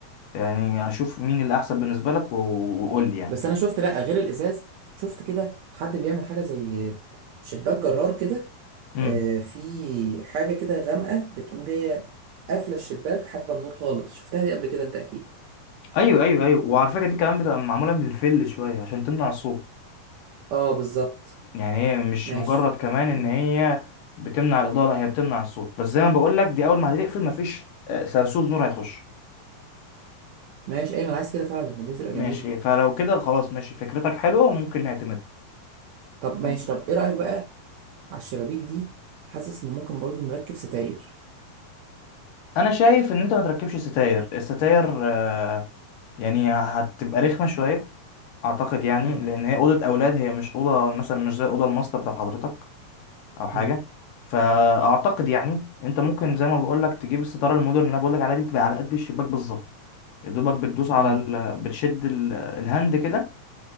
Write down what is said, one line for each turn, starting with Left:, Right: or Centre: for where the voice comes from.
Left: يعني اشوف مين اللي احسن بالنسبه لك و- وقول لي يعني
Right: بس انا شفت لا غير الازاز شفت كده حد بيعمل حاجه زي شباك جرار كده
Left: امم
Right: آه، في حاجه كده غامقه بتقوم جايه قافله الشباك حاجبه النور خالص شفتها دي قبل كده انت اكيد
Left: ايوه ايوه ايوه وعلى فكره دي كمان بتبقى معموله بالفل شويه عشان تمنع الصوت
Right: اه بالظبط
Left: يعني هي مش
Right: ماشي
Left: مجرد كمان ان
Right: مم.
Left: هي بتمنع الاضاءه لا هي بتمنع الصوت بس زي ما بقول لك دي اول ما هتقفل مفيش آه، سرسوط نور هيخش
Right: ماشي ايمن عايز كده فعلا ما دي تبقى
Left: ماشي
Right: جميله
Left: فلو كده خلاص ماشي فكرتك حلوه وممكن نعتمدها
Right: طب
Left: طب
Right: ماشي طب ايه رايك بقى على الشبابيك دي حاسس ان ممكن برضو نركب ستاير
Left: انا شايف ان انت ما تركبش ستاير الستاير آه، يعني هتبقى رخمه شويه اعتقد يعني
Right: مم.
Left: لان هي اوضه اولاد هي مش اوضه مثلا مش زي اوضه الماستر بتاعت حضرتك او حاجه
Right: مم.
Left: فاعتقد يعني انت ممكن زي ما بقول لك تجيب الستاره المودرن اللي انا بقول لك عليها دي بتبقى على قد الشباك بالظبط يا دوبك بتدوس على
Right: مم.
Left: ال... بتشد ال... الهاند كده